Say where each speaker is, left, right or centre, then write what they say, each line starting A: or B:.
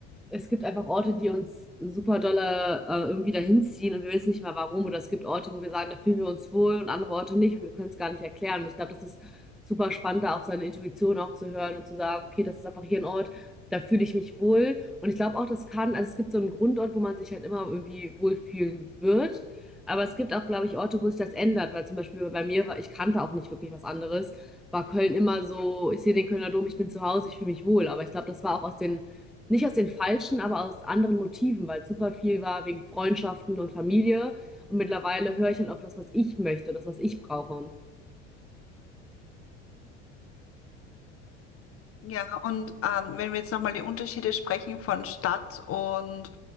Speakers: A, in the centre; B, on the left (about 40°).
A: es gibt einfach Orte, die uns super dolle äh, irgendwie dahin ziehen und wir wissen nicht mal warum. Oder es gibt Orte, wo wir sagen, da fühlen wir uns wohl und andere Orte nicht und wir können es gar nicht erklären. Und ich glaube, das ist super spannend, da auf seine Intuition auch zu hören und zu sagen, okay, das ist einfach hier ein Ort, da fühle ich mich wohl. Und ich glaube auch, das kann, also es gibt so einen Grundort, wo man sich halt immer irgendwie wohlfühlen wird. Aber es gibt auch, glaube ich, Orte, wo sich das ändert, weil zum Beispiel bei mir war, ich kannte auch nicht wirklich was anderes, war Köln immer so, ich sehe den Kölner Dom, ich bin zu Hause, ich fühle mich wohl. Aber ich glaube, das war auch aus den, nicht aus den falschen, aber aus anderen Motiven, weil super viel war wegen Freundschaften und Familie. Und mittlerweile höre ich halt auf das, was ich möchte, das, was ich brauche.
B: Ja, und ähm, wenn wir jetzt nochmal die Unterschiede sprechen von Stadt und,